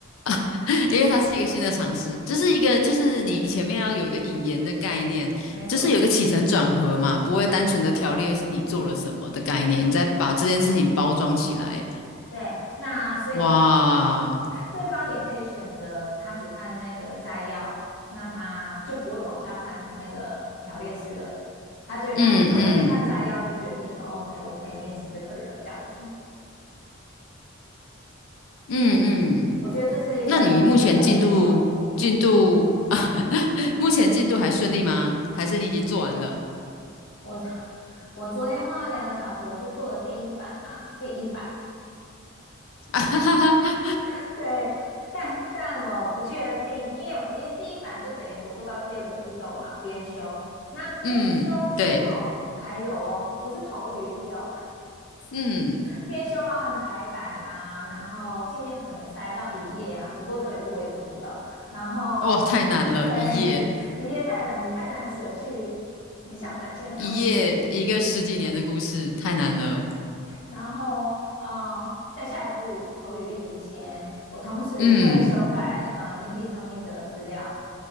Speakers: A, on the left (about 80°); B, on the left (about 60°).
A: <laughs> 因为它是一个新的尝试，这是一个就是你前面要有一个引言的概念，
B: <laughs> 没错，
A: 就是有个起承转合嘛，不会单纯的条列是你做了什么的概念，你再把这件事情包装起来，
B: 对，那所以对。
A: 哇，
B: 对方也可以选择他只看那个摘要，那他就不会往下看那个条列式了。他觉得看他可能看摘要就决定、
A: 嗯嗯。
B: 哦、，OK，我可以面试这个人这样子。
A: 嗯嗯
B: 我觉得这是一个很特别的收获。
A: 那你目前进度进度 <laughs> 目前进度还顺利吗？还是你已经做完了？
B: 我我昨天花了两个小时，我是做了第一版啊，第一版
A: <laughs> 哈哈哈，
B: <laughs> 对，但但我不确定，因为因为第一版就等于我做到第二个步骤嘛，编修。那编修之后还有哦，
A: 嗯，对，
B: 不是投履历哦，
A: 嗯，
B: 编修包含排版啊，然后尽量可能塞到一页啊，不过这个我也做不到。然后
A: 哇，太难了，
B: 对，
A: 一页
B: <laughs> 一页太难，你太难舍去你想展现的东西。
A: 一页一个十几年的故事，太难了。
B: 然后呃，在下一步投履历以前，我同时会修改呃
A: 嗯，
B: LinkedIn 上面的资料，